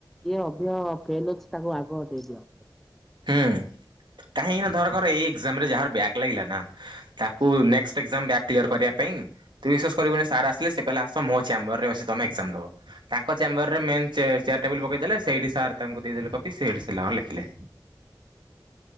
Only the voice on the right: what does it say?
ହୁଁ କାହିଁକିନା ଧର କର ଏଇ ଏକ୍ଜାମ୍ ରେ ଯାହାର ବ୍ୟାକ୍ ଲାଗିଲା ନା ତାକୁ ନେକ୍ସଟ୍ ଏକ୍ଜାମ୍ ବ୍ୟାକ୍ କ୍ଲିଅର୍ କରିବା ପାଇଁ ତୁ ବିଶ୍ୱାସ କରିବୁନି ସାର୍ ଆସିଲେ ସେ କହିଲେ ଆସ ମୋ ଚାମ୍ବରରେ ବସି ତମେ ଏକ୍ଜାମ୍ ଦବ। ତାଙ୍କ ଚ୍ୟାମ୍ବରରେ ମେନ୍ ଚେ-ଚେୟାର୍ ଟେବୁଲ୍ ପକେଇଦେଲେ ସେଇଠି ସାର୍ ତାଙ୍କୁ ଦେଇଦେଲେ କପି ସେଇଠି ସେ ତାଙ୍କର ଲେଖିଲେ।